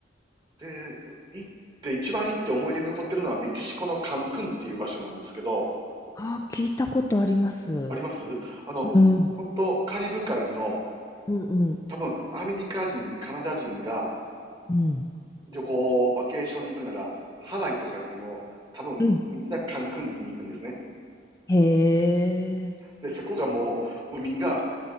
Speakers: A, on the right; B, on the left.
A: で、行って、一番行って思い出に残ってるのはメキシコのカンクンっていう場所なんですけど、
B: ああ聞いたことあります。
A: ありますあの、
B: うん。
A: 本当カリブ海の、
B: うんうん。
A: 多分アメリカ人、カナダ人が
B: うん。
A: 旅行、バケーションに行くなら、ハワイとかよりも、多分みんなカンクンに行くんですね。
B: うんへえ。
A: で、そこがもう海が